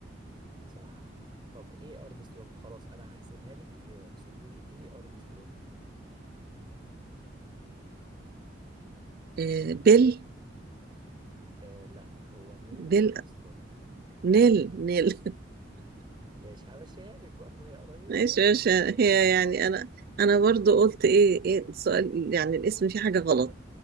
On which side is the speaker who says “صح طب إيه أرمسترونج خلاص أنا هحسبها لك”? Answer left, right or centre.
Right